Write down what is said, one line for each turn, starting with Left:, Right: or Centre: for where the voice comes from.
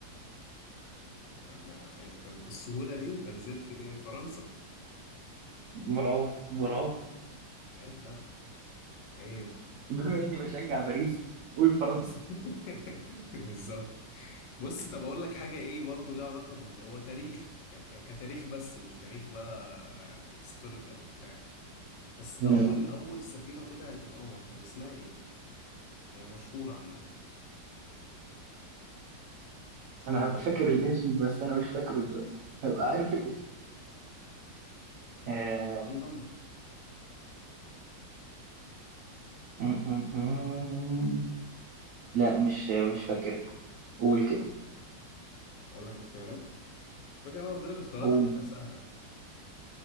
Left: انا إيه، طب بالسهوله دي انت نزلت ليه فرنسا
Right: برافو برافو
Left: عيب بقى عيب
Right: بما اني بشجع باريس قول فرنسا
Left: <laughs> بالظبط بص طب اقول لك حاجه ايه برضو لها علاقه بال هو تاريخ ك... ك... كتاريخ بس مش تاريخ بقى هيستوريكال وبتاع بس اول
Right: أم.
Left: اول سفينه طلعت القمر كان اسمها ايه هي مشهوره عامه مشهوره
Right: انا هبقى
Left: قوي
Right: فاكر الاسم بس انا مش فاكره دلوقتي هبقى عارف الاسم آه...
Left: لندن
Right: أم- أم- أم. لا مش مش فاكرها قول كده
Left: اقول لك اختيارات فاكر انا قلت لك اختيارات
Right: قول
Left: هتبقى سهله